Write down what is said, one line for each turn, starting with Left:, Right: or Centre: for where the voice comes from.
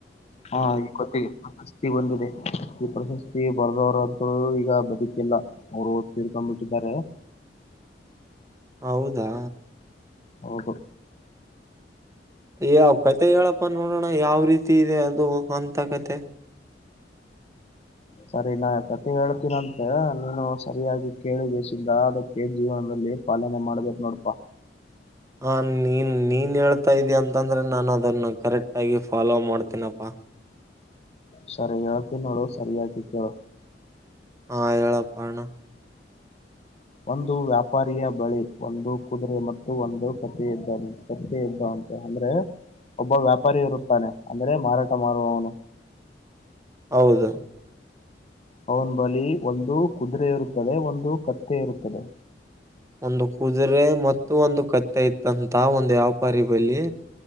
Left: ಹಾ ಈ ಕಥಿಗಿ. ಪ್ರಶಸ್ತಿ ಬಂದಿದೆ ಈ ಪ್ರಶಸ್ತಿ ಬರ್ದವರು ಅಂತು ಈಗ ಬದುಕಿಲ್ಲ. ಅವ್ರು ತೀರ್ಕೊಂಡು ಬಿಟ್ಟಿದ್ದಾರೆ.
Right: ಹೌದಾ?
Left: ಹೌದು.
Right: ಏ ಅವ್ ಕತೆ ಹೇಳಪ್ಪ ನೋಡಣ ಯಾವ ರೀತಿ ಇದೆ ಅದು ಅಂತ ಕತೆ. <inaudible>
Left: ಸರಿ ನಾ ಕತಿ ಹೇಳ್ತೀರಂತ ನೀನು ಸರಿಯಾಗಿ ಕೇಳಿಗೆಸಿಂದ ಅದಕ್ಕೆ ಜೀವನದಲ್ಲಿ ಪಾಲನೆ ಮಾಡ್ಬೇಕ್ ನೋಡಪಾ.
Right: ಹ ನೀನ್ ನೀನ್ ಹೇಳ್ತಾ ಇದಿಯ ಅಂತಂದ್ರೆ ನಾನು ಅದನ್ನ ಕರೆಕ್ಟ್ ಆಗಿ ಫಾಲೋ ಮಾಡ್ತೀನಪ್ಪಾ.
Left: ಸರಿ ಹೇಳ್ತೀನ ನೋಡು ಸರಿಯಾಗಿ ಕೇಳು.
Right: ಹ ಹೆಳಪ್ಪ ಅಣ್ಣಾ.
Left: ಒಂದು ವ್ಯಾಪಾರಿಯ ಬಳಿ ಒಂದು ಕುದುರೆ ಮತ್ತು ಒಂದು ಕಥೆ ಇದ್ದಾರೆ. ಕತ್ತಿ ಇದ್ದವ ಅಂತೆ ಅಂದ್ರೆ ಒಬ್ಬ ವ್ಯಾಪಾರಿ ಇರುತ್ತಾನೆ ಅಂದ್ರೆ ಮಾರಾಟ ಮಾರುವವನು.
Right: ಹೌದು
Left: ಅವ್ನ ಬಳಿ ಒಂದು ಕುದುರೆ ಇರುತ್ತದೆ ಒಂದು ಕತ್ತೆ ಇರುತ್ತದೆ.
Right: ಒಂದು ಕುದುರೆ ಮತ್ತು ಒಂದು ಕತ್ತೆ ಇತ್ತಂತ ಒಂದು ವ್ಯಾಪಾರಿ ಬಲ್ಲಿ.